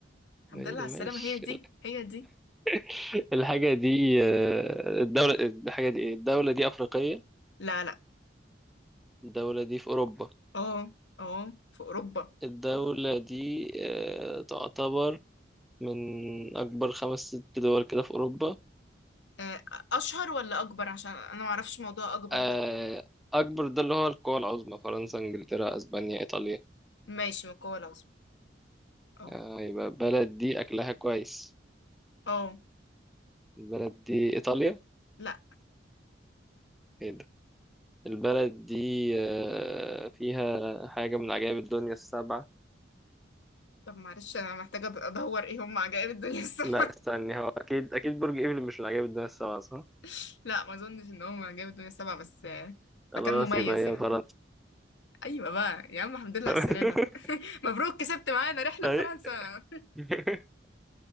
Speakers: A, on the left; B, in the centre.
A: الحمد
B: إيه
A: لله
B: ده
A: على السلامة
B: ماشي
A: هي دي هي دي
B: <laughs> الحاجة دي آه الدولة الحاجة دي إيه؟ الدولة دي أفريقية
A: لا لا
B: الدولة دي في أوروبا
A: اه اه في أوروبا
B: الدولة دي آه تعتبر من أكبر خمس ست دول كده في أوروبا
A: آه، أشهر ولا أكبر عشان أنا معرفش موضوع أكبر
B: آه
A: ده
B: أكبر ده اللي هو القوى العظمى فرنسا إنجلترا أسبانيا إيطاليا
A: ماشي من القوة العظمى اه
B: آه يبقى البلد دي أكلها كويس
A: اه
B: البلد دي إيطاليا؟
A: لا
B: إيه ده؟ البلد دي آه، فيها حاجة من عجائب الدنيا السبعة
A: طب معلش أنا محتاجة أد- أدور إيه هم عجائب الدنيا السبعة
B: لا استني هو أكيد أكيد برج إيفل مش من عجائب الدنيا السبعة صح؟
A: <laughs> لا ما أظنش إن هم عجائب الدنيا السبعة بس آه،
B: خلاص
A: مكان مميز
B: يبقى هي
A: يعني
B: فرنسا
A: أيوة بقى يا عم الحمد لله
B: <laughs>
A: على السلامة مبروك كسبت معانا رحلة
B: أي.
A: لفرنسا
B: <laughs>